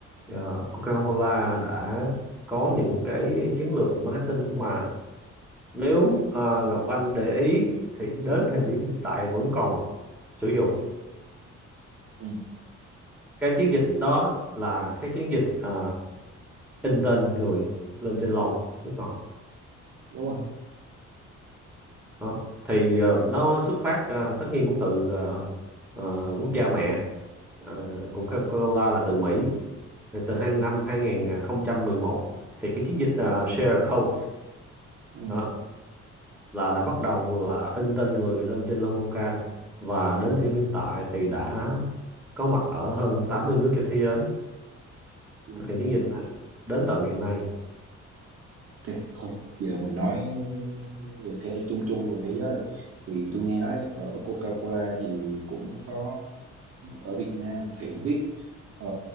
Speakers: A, in the centre; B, on the right.
A: ờ, Coca-Cola đã có những cái chiến lược marketing mà nếu ờ, Ngọc Anh để ý thì đến thời điểm hiện tại vẫn còn sử dụng
B: ừ
A: cái chiến dịch đó là cái chiến dịch ờ, in tên người lên trên lon nước ngọt
B: đúng rồi
A: đó thì ờ, nó xuất phát ờ, tất nhiên cũng từ ờ, ờ, quốc gia mẹ ờ, của Coca-Cola là từ Mỹ thì từ hai năm hai không một một thì cái chiến dịch ờ, Share a Coke
B: ừ
A: đó là đã bắt đầu là in tên người lên trên lon Coca và đến thời điểm hiện tại thì đã có mặt ở hơn 80 nước trên thế giới
B: Yeah.
A: thực hiện chiến dịch này đến tận ngày nay
B: Ok, thôi giờ mình nói về thế chung chung về thế giới rồi. Thì tôi nghe nói ở Coca-Cola thì cũng có ở Việt Nam thì không biết ờ,